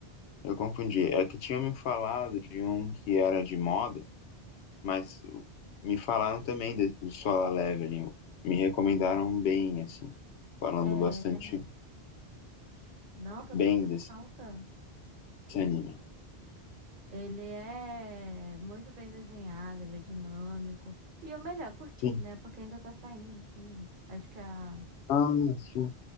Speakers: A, on the left; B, on the right.
A: Eu confundi. É que tinham me falado de um que era de moda, mas me falaram também de- do Solar Leveling. Me recomendaram bem, assim, falando
B: É,
A: bastante
B: não, tá
A: bem
B: super
A: desse,
B: em alta.
A: desse anime.
B: Ele é muito bem desenhado, ele é dinâmico. E o melhor, curtinho,
A: Sim.
B: né? Porque ainda tá saindo, sim. Acho que a...
A: Ah, sim,